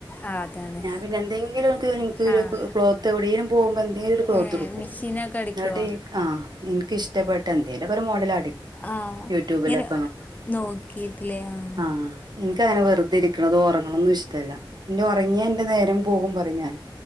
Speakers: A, on the left (about 20°); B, on the right (about 55°).
A: ആ അതാണ്
B: ഞാൻ പിന്നെന്തെങ്കിലും എനിക്ക് എനിക്കൊരു
A: ആ
B: ക്ലോത്ത് എവിടേലും പോകുമ്പോ എന്തേലൊരു ക്ലോത്തെടുക്കും
A: ഏഹ് മിഷീനൊക്കെ അടിക്കോ?
B: എന്ന്ട്ട് ആ എനിക്ക് ഇഷ്ടപ്പെട്ട എന്തേലൊക്കൊരു മോഡൽ അടിക്കും
A: ആഹ്
B: യൂട്യൂബിലൊക്കെ
A: ഇങ്ങനെ നോക്കിട്ടില്ലേ ആഹ്
B: ആ ഇന്ക്കങ്ങനെ വെറുതിരിക്കണതോ ഒറങ്ങ ങ്ങണൊന്നും ഇഷ്ടല്ല പിന്നൊറങ്ങിയ എന്റെ നേരം പോകും പറയും ഞാന്